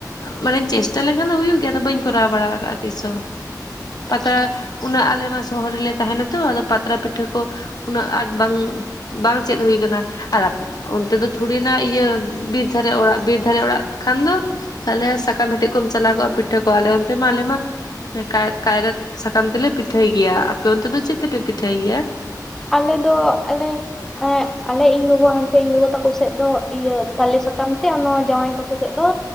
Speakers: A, on the left (about 65°); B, in the centre.
A: ᱢᱟᱱᱮ ᱪᱮᱥᱴᱟ ᱞᱮᱱᱠᱷᱟᱱ ᱫᱚ ᱦᱩᱭᱩᱜ ᱜᱮᱭᱟ, ᱟᱫᱚ ᱵᱟᱹᱧ ᱠᱚᱨᱟᱣ ᱵᱟᱲᱟ ᱟᱠᱟᱜᱼᱟ ᱛᱤᱥ ᱦᱚᱸ᱾ ᱯᱟᱛᱲᱟ
B: ᱟᱪᱪᱷᱟ
A: ᱩᱱᱟᱹᱜ ᱟᱞᱮᱢᱟ ᱥᱚᱦᱚᱨ ᱨᱮᱞᱮ ᱛᱟᱦᱮᱱᱟ ᱛᱚ ᱟᱫᱚ ᱯᱟᱛᱲᱟ ᱯᱤᱴᱷᱟᱹ ᱠᱚ ᱩᱱᱟᱹᱜ ᱟᱸᱴ ᱵᱟᱝ ᱵᱟᱝ ᱪᱮᱫ ᱦᱩᱭ ᱟᱠᱟᱱᱟ ᱾ᱟᱨ ᱚᱱᱛᱮ ᱫᱚ ᱛᱷᱲᱤᱱᱟᱜ ᱤᱭᱟᱹ ᱵᱤᱨ ᱫᱷᱟᱨᱮ ᱚᱲᱟᱜ, ᱵᱤᱨ ᱫᱷᱟᱨᱮ ᱚᱲᱟᱜ ᱠᱷᱟᱱ ᱫᱚ ᱛᱟᱦᱞᱮ ᱥᱟᱠᱟᱢ ᱦᱮᱴᱮᱡ ᱠᱚᱢ ᱪᱟᱞᱟᱣ ᱠᱚᱜᱼᱟ ᱾ ᱯᱤᱴᱷᱟᱹ ᱠᱚᱣᱟ ᱟᱞᱮ ᱚᱱᱛᱮ ᱢᱟ ᱟᱞᱮ ᱢᱟ ᱠᱟᱭᱨᱟ ᱥᱟᱠᱟᱢ ᱛᱮᱞᱮ ᱯᱤᱴᱷᱟᱹᱭ ᱜᱮᱭᱟ ᱾ᱟᱯᱮ ᱚᱱᱛᱮ ᱫᱚ ᱪᱮᱫ ᱛᱮᱯᱮ ᱯᱤᱴᱷᱟᱹᱭ ᱜᱮᱭᱟ?
B: ᱟᱞᱮ ᱫᱚ ᱟᱞᱮ ᱟᱞᱮ ᱤᱧ ᱜᱚᱜᱚ ᱦᱟᱱᱛᱮ ᱤᱧ ᱜᱚᱜᱚ ᱛᱟᱠᱚ ᱥᱮᱜ ᱫᱚ ᱤᱭᱟᱹ ᱛᱟᱞᱮ ᱥᱟᱠᱟᱢ ᱛᱮ, ᱟᱨ ᱱᱚᱣᱟ ᱡᱟᱶᱟᱭ ᱛᱟᱠᱚ ᱥᱮᱫ ᱫᱚ